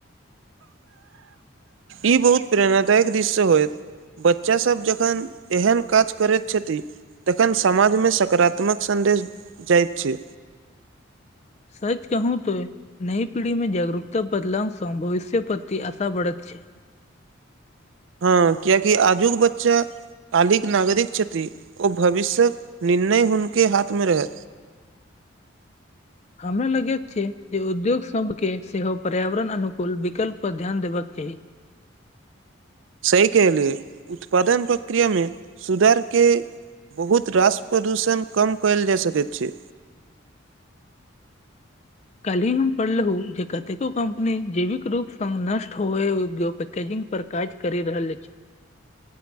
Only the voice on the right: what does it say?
ई बहुत प्रेरणादायक दिश से होयत बच्चासभ जखन एहन काज करै छथि तखन समाज में सकारात्मक सन्देश जायत छै
हँ कियाकि आजुक बच्चा कालिक नागरिक छथिन ओ भविष्यक निर्णय हुनके हाथ में रहे
सही कहलेय उत्पादन प्रक्रियामे सुधार के बहुत रास प्रदूषण कम कयल जा सकैत छै